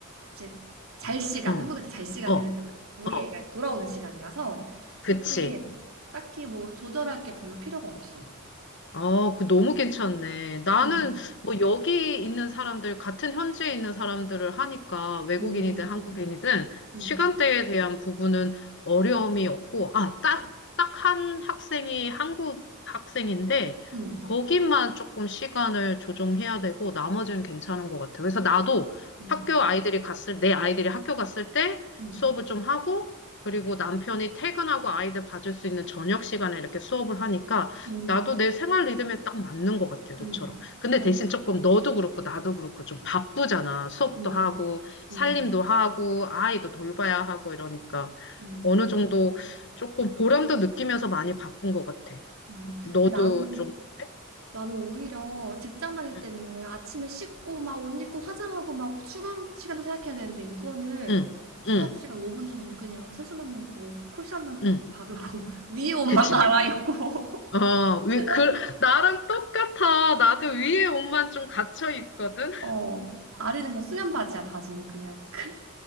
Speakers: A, on the right; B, on the left.
A: 이제 잘 시간,
B: 응,
A: 한국에 잘 시간에는
B: 어,
A: 우리
B: 어,
A: 애가 이제 돌아오는 시간이라서
B: 그치.
A: 그렇게 딱히 뭐 조절할 게 별로 필요가 없어.
B: 아, 그 너무 괜찮네. 나는
A: 음,
B: 뭐 여기 있는 사람들, 같은 현지에 있는 사람들을 하니까 외국인이든
A: 음,
B: 한국인이든
A: 음,
B: 시간대에 대한 부분은 어려움이 없고, 아, 딱, 딱 한 학생이 한국 학생인데,
A: 음,
B: 거기만 조금 시간을 조정해야 되고, 나머지는 괜찮은 것 같아. 그래서 나도
A: 음,
B: 학교 아이들이 갔을, 내 아이들이 학교 갔을 때
A: 음,
B: 수업을 좀 하고, 그리고 남편이 퇴근하고 아이들 봐줄 수 있는 저녁 시간에 이렇게 수업을 하니까,
A: 음,
B: 나도 내 생활 리듬에 딱 맞는 것 같아, 너처럼.
A: 음.
B: 근데
A: 너무
B: 대신
A: 좋아.
B: 조금 너도 그렇고 나도 그렇고 좀 바쁘잖아. 수업도
A: 음,
B: 하고, 살림도
A: 음,
B: 하고, 아이도 돌봐야 하고 이러니까
A: 음,
B: 어느 정도 조금 보람도 느끼면서 많이 바쁜 것 같아.
A: 음.
B: 너도
A: 근데 나는
B: 좀, 그래?
A: 나는 오히려 직장 다닐
B: 응,
A: 때는 아침에 씻고 막 옷 입고 화장하고 막 출근 시간도 생각해야 되는데 이거는
B: 응,
A: 수업
B: 응,
A: 시간 5분 전에 그냥 세수만 하고 쿠션만 좀
B: 응.
A: 이렇게 바르고 <laughs> 위에 옷만
B: 그치.
A: 갈아입고 <laughs>
B: 어, 위,
A: 그다음
B: 그, 나랑 똑같아. 나도 위에 옷만 좀 갇혀 있거든.
A: 어 아래는 그냥 수면 바지야 바지는 그냥 <laughs> 그-